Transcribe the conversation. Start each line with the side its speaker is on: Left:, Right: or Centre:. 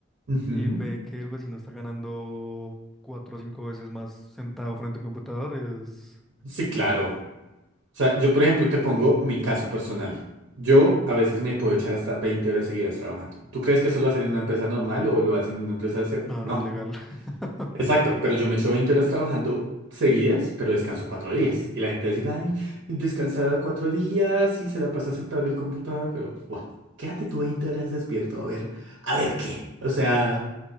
Right: Ujú.
Centre: y ve que el vecino está ganando cuatro o cinco veces más sentado frente a un computador, es...
Right: Sí, claro. O sea, yo, por ejemplo, te pongo mi caso personal. Yo a veces me puedo echar hasta 20 horas seguidas trabajando. ¿Tú crees que eso lo hacen en una empresa normal o lo hacen en una empresa de SEO?
Centre: No,
Right: No.
Centre: no es legal. <laughs>
Right: Exacto, pero yo me echo 20 horas trabajando seguidas, pero descanso cuatro días. Y la gente va a decir, ay, descansada cuatro días y se la pasa sentado en el computador, pero, guau, quédate tú 20 horas despierto, a ver, a ver qué. O sea,